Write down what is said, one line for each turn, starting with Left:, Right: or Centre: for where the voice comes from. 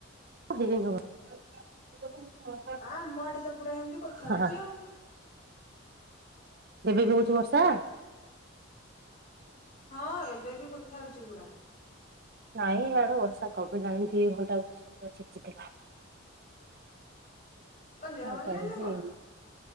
Right: <inaudible> ବର୍ଷା।
Left: ଆ ଆମ ଆଡ଼େ ତ ପୁରା ଏମିତି କୋଥାରୁଛି
Right: ହଁ
Left: ଆଉ
Right: ଏବେ ବି ହଉଛି ବର୍ଷା?
Left: ହଁ ଏବେ ବି କୋଥାରୁଛି ପୂରା
Right: ନାଇଁ ଆଡେ ବର୍ଷା କମିଲାଣି ଦି ଘଣ୍ଟା ବର୍ଷା ଛେଚିଥିଲା।
Left: କଣ ଦେହ
Right: ହଉ
Left: ଭଲ
Right: ତାଇ
Left: ନାହିଁ ନା
Right: ହେଇନି।
Left: କଣ